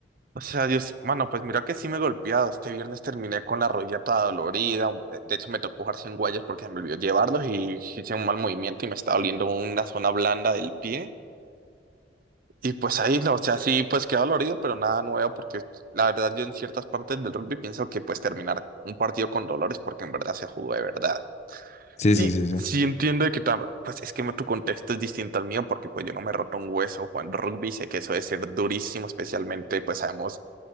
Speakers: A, on the right (about 55°); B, on the left (about 40°).
A: O sea, Dios, mano, pues mira que sí me he golpeado. Este viernes terminé con la rodilla toda dolorida. un- De hecho, me tocó jugar sin guayas porque se me olvidó llevarlos y hice un mal movimiento y me está doliendo una zona blanda del pie. Y pues ahí, lo o sea, sí, pues quedó dolorido, pero nada nuevo, porque la verdad yo en ciertas partes del rugby pienso que pues terminar un partido con dolores porque en verdad se jugó de verdad.
B: Sí,
A: Y
B: sí, sí, sí.
A: sí entiendo de que tam- pues es que tu contexto es distinto al mío, porque pues yo no me he roto un hueso jugando rugby, sé que eso debe ser durísimo, especialmente pues sabemos